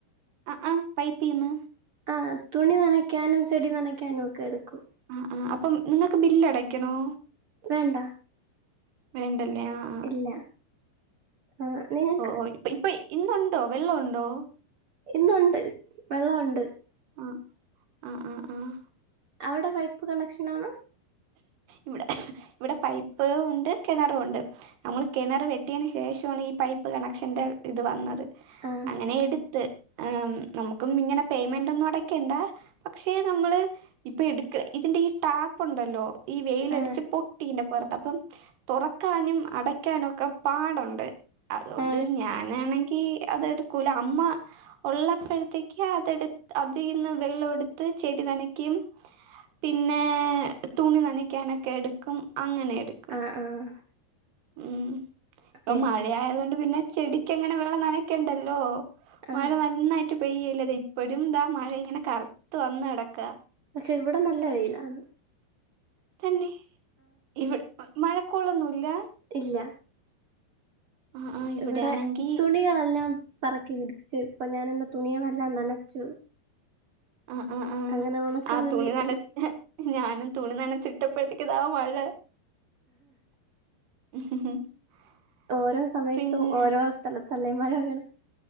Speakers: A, on the right; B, on the right.
A: അഅ പൈപ്പീന്ന്.
B: ആഹ്, തുണി നനയ്ക്കാനും, ചെടി നനയ്ക്കാനും ഒക്കെ എട്ക്കും.
A: ആഹ്, ആഹ് അപ്പം നിങ്ങക്ക് ബില്ലടയ്ക്കണോ?
B: വേണ്ട
A: വേണ്ടല്ലേ, ആഹ്
B: ഇല്ല ആഹ്, <unintelligible>
A: ഓഹ്, ഓയ് ഇപ്പ ഇപ്പയ് ഇന്നുണ്ടോ വെള്ളം ഉണ്ടോ?
B: ഇന്നുണ്ട്, വെള്ളം ഉണ്ട്.
A: ആഹ്, ആഹ്, ആഹ്, ആഹ്
B: അവടെ പൈപ്പ് കണക്ഷൻ ആണോ?
A: ഇവിടെ ഇവിടെ പൈപ്പ് ഉണ്ട്, കിണറും ഉണ്ട്. നമ്മള് കിണറ് വെട്ടിയന് ശേഷൊവാണ് ഈ പൈപ്പ് കണക്ഷന്റെ ഇത് വന്നത്.
B: ആ
A: അങ്ങനെ ഇട്ത്ത്. ആഹ്, നമുക്കും ഇങ്ങനെ പേയ്മെൻ്റൊന്നും അടയ്ക്കണ്ട. പക്ഷെ നമ്മള് ഇപ്പൊ എട്ക്ക്ണ ഇജിന്റെ ഈ ടാപ്പുണ്ടല്ലോ ഈ വെയിലടിച്ച്
B: ആ
A: പൊട്ടിന്റെ വർത്തപ്പം തൊറക്കാനും അടയ്ക്കാനൊക്കെ പാടൊണ്ട്. അതോണ്ട്
B: ആ
A: ഞാനാണെങ്കി അത് എടുക്കൂല. അമ്മ ഉള്ളപ്പഴത്തേയ്ക്ക് അതെട് അതീന്ന് വെള്ളൊവെടുത്ത് ചെടി നനയ്ക്കയും പിന്നേ തുണി നനയ്ക്കാനൊക്കെ എട്ക്കും. അങ്ങനെ എട്ക്കും
B: അഹ്, ആഹ്
A: മ്, ഇപ്പം
B: എല്ലാ
A: മഴയായത് കൊണ്ട് പിന്നെ ചെടിക്കങ്ങനെ വെള്ളം നനയ്ക്കണ്ടല്ലോ.
B: ആ
A: മഴ നന്നായിട്ട് പെയ്യല്ലേ, താ ഇപ്പഴും താ മഴ ഇങ്ങനെ കറുത്ത് വന്ന് കെടക്കാ
B: പക്ഷെ, ഇവടെ നല്ല വെയിലാന്ന്.
A: തന്നെ ഇവിട് മഴക്കോളൊന്നൂല്ല.
B: ഇല്ല
A: ആ ആ ഇവിടെയാണെങ്കി
B: ഇവിടെ തുണികളെല്ലാം പറക്കി വിടിച്ച് ഇപ്പം ഞാനിന്ന് തുണിയളെല്ലാം നനച്ചു
A: ആഹ്, ആഹ്, ആഹ്,
B: അങ്ങനെ ഉണക്കാൻ
A: ആഹ്
B: വേണ്ടിയിട്ടിരിക്ക
A: തുണി നനച് ഏഹ് ഞാനും തുണി നനചിട്ടപ്പോഴത്തേക്ക് ഇതാ മഴ <unintelligible>
B: ഓരോ സമയത്തും
A: പിന്നെ
B: ഓരോ സ്ഥലത്തല്ലേ മഴ പെയ്ണെ.